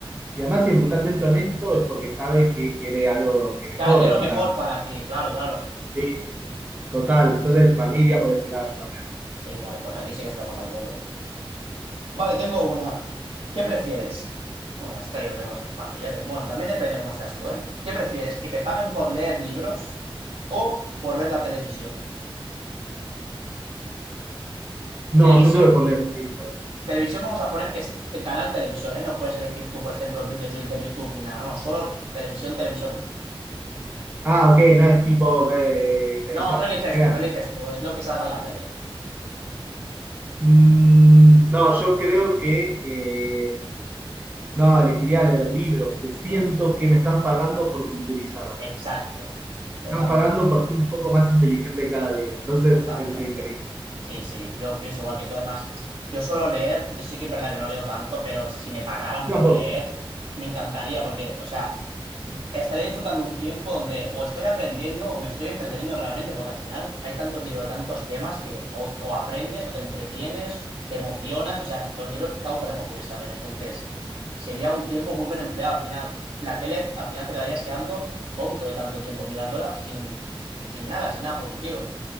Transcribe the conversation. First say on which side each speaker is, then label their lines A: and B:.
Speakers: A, on the right (about 20°); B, on the right (about 85°).
A: Y además, si es brutalmente honesto, es porque sabe que quiere algo que mejore,
B: claro, quiero lo
A: digamos.
B: mejor para ti, claro, claro.
A: Sí, total. Entonces, para mí iría por ese lado yo también.
B: Sí, vale, pues aquí sí que estamos de acuerdo. Vale, tengo una. ¿Qué prefieres? Bueno, esta yo creo que va a ser fácil, ¿eh? De- Bueno, también depende cómo seas tú, ¿eh? ¿Qué prefieres? ¿Que te paguen por leer libros o por ver la televisión?
A: No,
B: Televisión,
A: yo creo que por lejos.
B: televisión vamos a poner que es t- canal televisión, ¿eh? No puedes elegir tú, por ejemplo, vídeos de YouTube ni nada, no, no, solo televisión, televisión.
A: Ah, ok, no es tipo eh, televisión.
B: No, no eliges
A: Crean.
B: tú, no eliges tú, es lo que salga en la tele.
A: Mm, no, yo creo que. eh, no, elegiría lo de los libros, que siento
B: ¿Mm?
A: que me están pagando por culturizarme.
B: Exacto,
A: Me
B: totalmente.
A: están pagando por ser un poco más inteligente cada día. Entonces,
B: Totalmente.
A: eso es increíble.
B: Sí, sí, yo pienso igual que tú. Además, yo suelo leer, sí que es verdad que no leo tanto, pero si me pagaran
A: Yo
B: por
A: tampoco.
B: leer, me encantaría, porque, o sea, estaría disfrutando un tiempo donde o estoy aprendiendo o me estoy entreteniendo realmente, porque al final hay tantos libros, tantos temas que o, o aprendes o te entretienes, te emocionas, o sea, los libros causan emociones también, entonces sería un tiempo muy bien empleado al final. La tele, al final te quedarías quedando tonto de tanto tiempo mirándola sin, sin nada, sin nada productivo.